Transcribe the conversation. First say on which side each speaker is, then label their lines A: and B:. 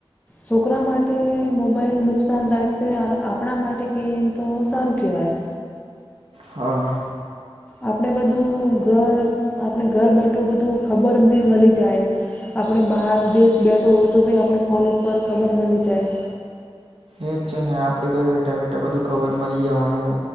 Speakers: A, on the left (about 15°); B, on the right (about 75°).
A: છોકરા માટે મોબાઈલ નુકસાનદાયક છે આપણા માટે કે તો સારું કહેવાય
B: હા.
A: આપણે બધું ઘર આપણે ઘર બેઠું બધું ખબર બી મળી જાય. આપણે બહાર દેશ બેઠો હોય તો બી આપણે ફોન ઉપર ખબર મળી જાય.
B: એજ છે ને આપડે ઘર બેઠા બેઠા બધું ખબર મળી જવાનું